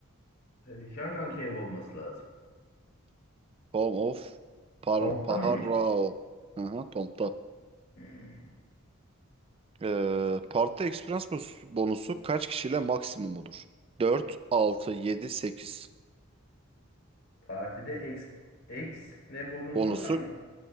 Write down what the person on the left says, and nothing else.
E, Jangan Cave olması lazım.
Pompta
mıymış?
Hmm.
Partide X, X ne bonusu
anlamadım.